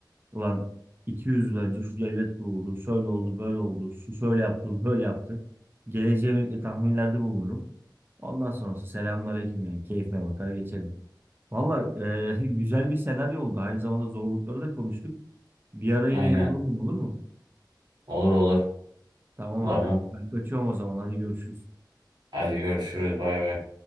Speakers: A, on the right; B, on the right.
A: ulan 200 yıl önce şu devlet kuruldu, şöyle oldu, böyle oldu, şu şöyle yaptı, bu böyle yaptı. Geleceğe yönelik de tahminlerde bulunurum. Ondan sonrası selamünaleyküm yani keyfime bakar geçerim. Valla e, <laughs> güzel bir senaryo oldu. Aynı zamanda zorlukları da konuştuk. Bir ara
B: Aynen.
A: yine yapalım olur mu?
B: Olur olur.
A: Tamam abi.
B: Tamam.
A: Ben kaçıyorum o zaman. Hadi görüşürüz.
B: Hadi görüşürüz. Bay bay.